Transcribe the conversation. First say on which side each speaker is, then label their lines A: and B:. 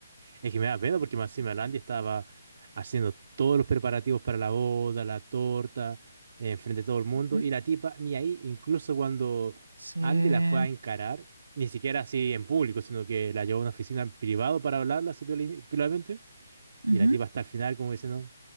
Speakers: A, on the right; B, on the right.
A: Es que me da pena porque más encima el estaba haciendo todos los preparativos para la boda, la torta, eh, enfrente de todo el mundo,
B: Ujú.
A: y la tipa ni ahí, incluso cuando
B: Sí.
A: Andy la fue a encarar, ni siquiera así en público, sino que la llevó a una oficina en privado para hablarla así pioli- piolamente,
B: Ujú.
A: y la tipa hasta el final como diciendo,